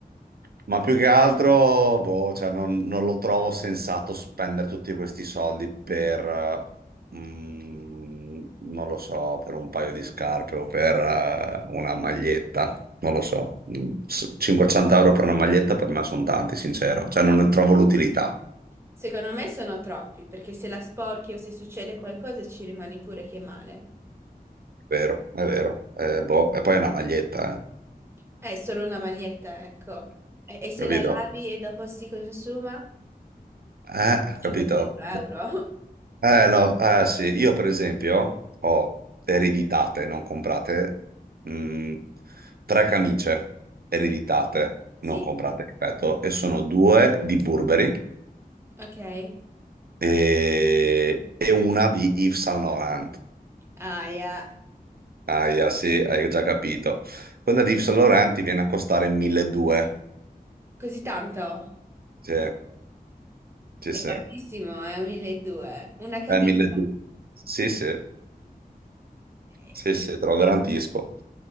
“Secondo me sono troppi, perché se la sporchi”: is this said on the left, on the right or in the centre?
Right